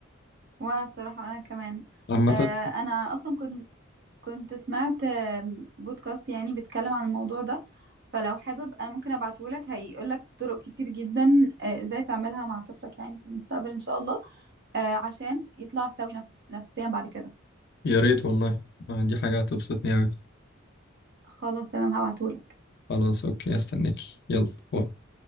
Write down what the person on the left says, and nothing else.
عامة
يا ريت والله آه، دي حاجة هتبسطني أوي
خلاص أوكي أستناكي يلا باي.